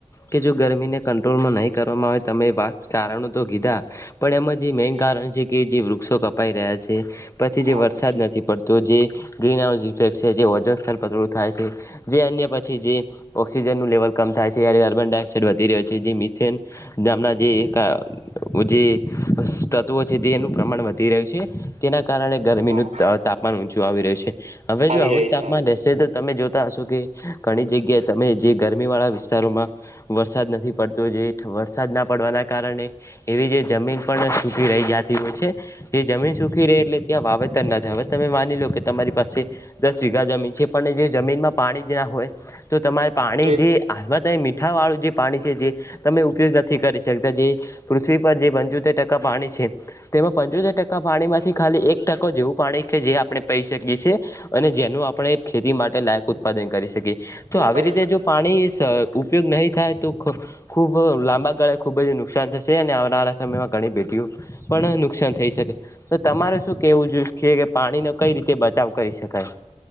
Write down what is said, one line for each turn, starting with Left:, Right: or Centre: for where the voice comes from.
Left: કે જો ગરમીને કંટ્રોલમાં નહીં કરવામાં આવે તમે વા કારણો તો કીધા. પણ એમાં જે મેન
Right: હ
Left: કારણ છે કે જે વૃક્ષો કપાઈ રહ્યા છે પછી જે
Right: આવું
Left: વરસાદ
Right: છે
Left: નથી જે ગ્રિનહાઉક ઈફેક્ટ થાય છે જે ઓઝોન સ્થર નબળું થાય છે જે અન્ય પછી જે ઓઑક્સિજનનું લેવલ કમ થાય છે ત્યારે કાર્બન ડાયોક્સાઇડ વધી રહ્યો છે જે મિથેન દામના જે ક જે તત્વો છે તે એનું પ્રમાણ વધી રહ્યું છે તેના કાર કારણે ગરમીનું
Right: હા
Left: તાપમાન ઊંચું આવી રહ્યું છે હવે જો
Right: આવી
Left: આવું
Right: રહ્યું
Left: જ તાપમાન
Right: છે
Left: રહેશે તો તમે જો શો કે ઘણી જગ્યાએ તમે જે ગરમી વાળા વિસ્તારોમાં. વરસાદ નથી પડતો જે વરસાદ ના પડવાના કારણે. એવી જે જમીન પણ સુખી રહી જતી હોય છે જે જમીન સુખી રહે એટલે, કે વાવેતર ના થાય હવે તમે માની લો કે તમારી પાસે. દસ વીઘા જમીન છે પણ જે જમીનમાં પાણી જે ના હોય તો તમારે પાણી
Right: તો એ
Left: જે. હાલમાં તમે મીઠાવાળું જે પાણી છે જે તમે ઉપયોગ નથી કરી શકતા જે પૃથ્વી પર જે પંચોતેર ટકા પાણી છે તેમાં પંચોતેર ટકા પાણીમાંથી ખાલી એક- ટકો જેવું પાણી કે જે આપણે પહી શકીએ છીએ. અને જેનું આપણે ખેતી માટે લાયક ઉત્પાદન કરી શકીએ તો
Right: ઉત્પાદન
Left: આવી રીતે જો પાણી, ઉપયોગ નહીં થાય તો ખ ખુબ લાંબા ગાળે ખુબ જ નુકસાન થશે અને આવનારા સમયમાં ઘણી ભેટીઓ પણ નુકસાન થઈ શકે તો તમારે. શું કેવું જો કે કે પાણી નો કઈ રીતે બચાવ કરી શકાય?